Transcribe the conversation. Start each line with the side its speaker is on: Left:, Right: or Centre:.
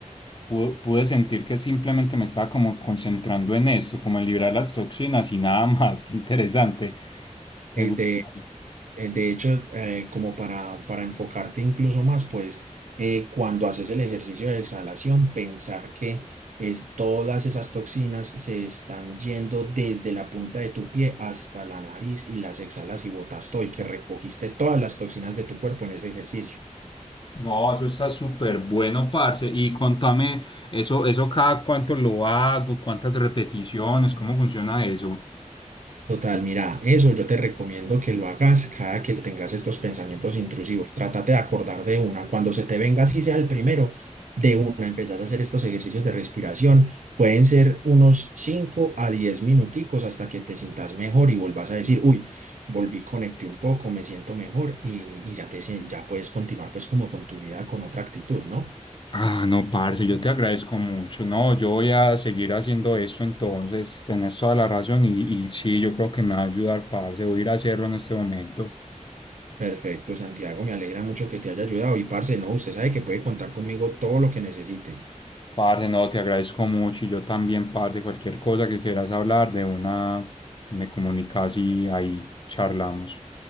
Left: pu- pude, sentir que simplemente me estaba como concentrando en esto, como en librar las toxinas y nada más. <laughs> Qué interesante. Me
Right: El
Left: gusta.
Right: de, el de hecho, eh, como para, para enfocarte incluso más, pues eh, cuando haces el ejercicio de exhalación, pensar que es, todas esas toxinas se están yendo desde la punta de tu pie hasta la nariz y las exhalas y botas todo y que recogiste todas las toxinas de tu cuerpo en ese ejercicio.
Left: No, eso está súper bueno, parce. Y contame, eso, eso cada cuánto lo hago, cuántas repeticiones, cómo funciona eso.
Right: Total, mira, eso yo te recomiendo que lo hagas cada que tengas estos pensamientos intrusivos. Trátate de acordar de una. Cuando se te venga, así sea el primero, de una empezás a hacer estos ejercicios de respiración. Pueden ser unos 5 a 10 minuticos hasta que te sientas mejor y vuelvas a decir, uy, volví, conecté un poco, me siento mejor y, y ya te, sien- ya puedes continuar pues como con tu vida con otra actitud, ¿no?
Left: Ah, no, parce, yo te agradezco mucho. No, yo voy a seguir haciendo esto entonces, tenés toda la razón y, y sí, yo creo que me va a ayudar, parce. Voy a ir a hacerlo en este momento.
Right: Perfecto, Santiago, me alegra mucho que te haya ayudado y parce, no, usted sabe que puede contar conmigo todo lo que necesite.
Left: Parce, no, te agradezco mucho y yo también, parce, cualquier cosa que quieras hablar de una, me comunicas y ahí charlamos.